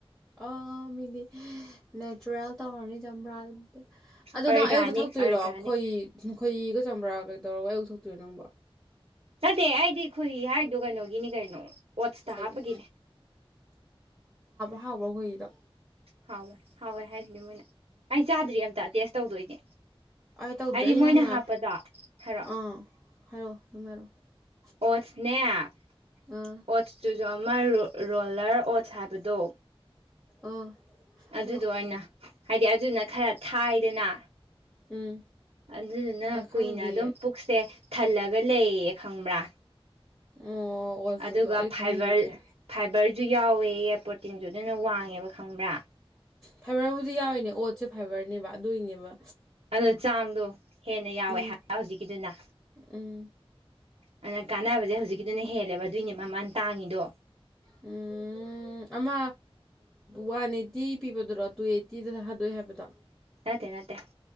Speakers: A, in the centre; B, on the right.
A: ꯑꯥ ꯃꯤꯗꯤ ꯅꯦꯆꯨꯔꯦꯜ ꯇꯧꯔꯅꯤ ꯆꯃꯄ꯭ꯔꯥ ꯑꯗꯣ
B: ꯑꯣꯔꯒꯥꯅꯤꯛ
A: ꯅꯪ ꯑꯌꯨꯛꯇ ꯊꯛꯇꯣꯏꯔꯣ
B: ꯑꯣꯔꯒꯥꯅꯤꯛ
A: ꯈꯣꯏꯍꯤ ꯈꯣꯏꯍꯤꯒ ꯆꯝꯄ꯭ꯔꯥꯒ ꯇꯧꯔꯒ ꯑꯌꯨꯛ ꯊꯛꯇꯣꯏꯔꯣ ꯅꯪꯕꯣ
B: ꯅꯠꯇꯦ ꯑꯩꯗꯤ ꯈꯣꯏꯍꯤ ꯍꯥꯏ ꯑꯗꯨ ꯀꯩꯅꯣꯒꯤꯅꯤ ꯀꯩꯅꯣ ꯑꯣꯠꯁꯇ
A: ꯑꯩꯒꯤ
B: ꯍꯥꯞꯄꯒꯤꯅꯦ
A: ꯍꯥꯎꯕ꯭ꯔꯣ ꯈꯣꯏꯍꯤꯗꯣ
B: ꯍꯥꯎꯋꯦ ꯍꯥꯎꯋꯦ ꯍꯥꯏꯁꯤꯅꯦ ꯃꯣꯏꯅ ꯑꯩ ꯆꯥꯗ꯭ꯔꯤ ꯑꯝꯇ ꯇꯦꯁ ꯇꯧꯗꯣꯏꯅꯦ
A: ꯑꯩ ꯇꯧꯗ꯭ꯔꯤ
B: ꯍꯥꯏꯗꯤ
A: ꯑꯩ
B: ꯃꯣꯏꯅ
A: ꯅꯪꯅ
B: ꯍꯥꯞꯄꯗꯣ ꯍꯥꯏꯔꯛꯑꯣ
A: ꯑꯥ ꯍꯥꯏꯔꯛꯑꯣ ꯑꯗꯨꯝ ꯍꯥꯏꯔꯛꯑꯣ
B: ꯑꯣꯠꯁꯅꯦ ꯑꯣꯠꯁꯇꯨ
A: ꯑꯥ
B: ꯨꯖꯨ ꯑꯃ ꯔꯣꯂꯔ ꯑꯣꯠꯁ ꯍꯥꯏꯕꯗꯣ
A: ꯑꯥ
B: ꯑꯗꯨꯗꯣ
A: ꯍꯥꯏꯔꯛꯑꯣ
B: ꯑꯣꯏꯅ ꯍꯥꯏꯗꯤ ꯑꯗꯨꯅ ꯈꯔ ꯊꯥꯏꯗꯅ
A: ꯎꯝ
B: ꯑꯗꯨꯗꯨꯅ
A: ꯀꯔ
B: ꯀꯨꯏꯅ
A: ꯈꯪꯗꯤꯌꯦ
B: ꯑꯗꯨꯝ ꯄꯨꯛꯁꯦ ꯊꯜꯂꯒ ꯂꯩꯌꯦ ꯈꯪꯕ꯭ꯔꯥ
A: ꯑꯣ ꯑꯣꯠꯁꯇꯁꯨ
B: ꯑꯗꯨꯒ
A: ꯑꯩ
B: ꯐꯥꯏꯕꯔ
A: ꯈꯪꯗꯦꯅꯦ
B: ꯐꯥꯏꯕꯔꯁꯨ ꯌꯥꯎꯋꯦ ꯄ꯭ꯔꯣꯇꯤꯟꯁꯨ ꯑꯗꯨꯅ ꯋꯥꯡꯉꯦꯕ ꯈꯪꯕ꯭ꯔꯥ
A: ꯐꯥꯏꯕꯔꯕꯨꯗꯤ ꯌꯥꯎꯋꯤꯅꯦ ꯑꯣꯠꯁꯦ ꯐꯥꯏꯕꯔꯅꯦꯕ ꯑꯗꯨꯏꯒꯤꯅꯦꯕ
B: ꯑꯗꯣ ꯆꯥꯡꯗꯣ ꯍꯦꯟꯅ ꯌꯥꯎꯋꯦ
A: ꯎꯝ
B: ꯍꯥꯏ ꯍꯧꯖꯤꯛꯀꯤꯗꯨꯅ
A: ꯎꯝ
B: ꯑꯗꯨꯅ ꯀꯥꯟꯅꯕꯁꯦ ꯍꯧꯖꯤꯛꯀꯤꯗꯨꯅ ꯍꯦꯜꯂꯦꯕ ꯑꯗꯨꯏꯅꯦ ꯃꯃꯜ ꯇꯥꯡꯉꯤꯗꯣ
A: ꯎꯝ ꯑꯃ ꯋꯥꯟ ꯑꯠ ꯇꯤ ꯄꯤꯕꯗꯨꯔꯣ ꯇꯨꯑꯦꯠꯇꯤꯗ ꯊꯗꯣꯛꯑꯦ ꯍꯥꯏꯕꯗꯣ
B: ꯅꯠꯇꯦ ꯅꯠꯇꯦ ꯑꯗꯨ